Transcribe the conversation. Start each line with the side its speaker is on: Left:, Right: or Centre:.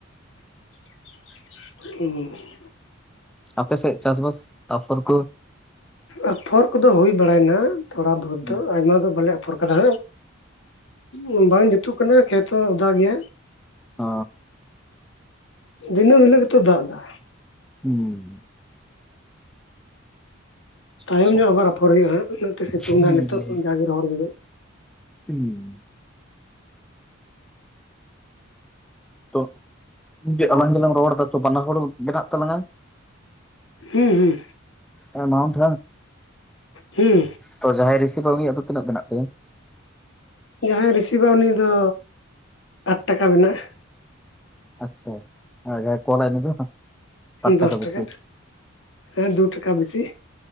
Left: ᱦᱸ <inaudible>
Centre: ᱟᱯᱮ ᱥᱮᱫ ᱪᱟᱥᱵᱟᱥ ᱛᱟᱨᱯᱚᱨ ᱠᱚ
Left: ᱟᱯᱷᱚᱨ ᱠᱚᱫᱚ ᱦᱩᱭ ᱵᱟᱲᱟᱭᱱᱟ ᱛᱷᱚᱲᱟ ᱵᱚᱦᱩᱛ
Centre: ᱚ
Left: ᱫᱚ ᱟᱭᱢᱟ ᱫᱚ ᱵᱟᱞᱮᱯᱷ ᱩ ᱯᱨᱚᱨᱠᱟᱛᱟ ᱦᱟᱸᱜ ᱵᱟᱝ ᱡᱩᱛᱩᱜ ᱠᱟᱱᱟ ᱠᱷᱮᱛ ᱦᱚᱸ ᱚᱫᱟ ᱜᱮᱭᱟ
Centre: ᱚ
Left: ᱫᱤᱱᱟᱹᱢ ᱦᱤᱞᱳᱜ ᱜᱮᱛᱚ ᱫᱟᱜ ᱫᱟᱭ
Centre: ᱦᱩᱸ
Left: ᱛᱟᱭᱚᱢ
Centre: ᱟᱪᱪᱷᱟ
Left: ᱧᱚᱜ ᱟᱵᱟᱨ ᱟᱯᱷᱚᱨ ᱦᱩᱭᱩᱜᱼᱟᱜ ᱚᱱᱟᱛᱮ ᱥᱤᱛᱩᱝ
Centre: ᱦᱩᱸ
Left: ᱫᱚ ᱱᱤᱛᱚᱜ ᱡᱟᱜᱮ ᱨᱚᱦᱚᱲ ᱧᱚᱜ
Centre: ᱦᱩᱸ ᱦᱩᱸ ᱛᱚ ᱤᱧ ᱡᱟᱞᱟᱝ ᱡᱮᱞᱟᱝ ᱨᱚᱲᱫᱟ ᱛᱚ ᱵᱟᱱᱟ ᱦᱚᱲ ᱢᱮᱱᱟᱜ ᱛᱟᱞᱟᱝᱟ
Left: ᱦᱩᱸ ᱦᱩᱸ
Centre: ᱟᱨ ᱢᱟᱣᱩᱱᱴ
Left: ᱦᱩᱸ
Centre: ᱛᱚ ᱡᱟᱦᱟᱸᱭ ᱨᱤᱥᱤᱵᱷ ᱟ ᱫᱚ ᱩᱱᱤ ᱭᱟᱜ ᱫᱚ ᱛᱤᱱᱟᱹᱜ ᱢᱮᱱᱟᱜ ᱛᱟᱭᱤᱢ
Left: ᱡᱟᱦᱟᱸᱭ ᱨᱤᱥᱤᱵᱟ ᱩᱱ ᱫᱚ ᱟᱴ ᱴᱟᱠᱟ ᱢᱮᱱᱟᱜᱼᱟ
Centre: ᱟᱪᱪᱷᱟ ᱠᱚᱞᱟᱭ ᱩᱱᱤ ᱫᱚ ᱵᱟᱨ
Left: ᱫᱚᱥ
Centre: ᱵᱮᱥᱤ
Left: ᱴᱟᱠᱟ ᱦᱮᱸ ᱫᱩ ᱴᱟᱠᱟ ᱵᱮᱥᱤ